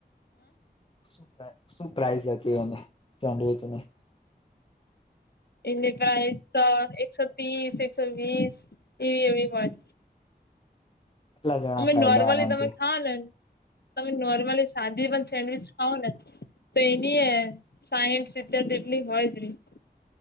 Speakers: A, on the left; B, on the left.
A: સુ પ્રા સુ પ્રાઇઝ હતી એને, સેન્ડવીચની?
B: એની પ્રાઇસ તો એકસો ત્રીસ, એકસો વીસ એવી એવી હોય.
A: કેટલા જણા
B: અમે
A: ખાયલા
B: નોર્મલી
A: આરામથી
B: તમે ખાઓ નેન તમે નોર્મલી સાદી પણ સેન્ડવીચ ખાવઓ ને? તો એની એ સાઈઠ, સિત્તેર જેટલી હોઈ જી રી.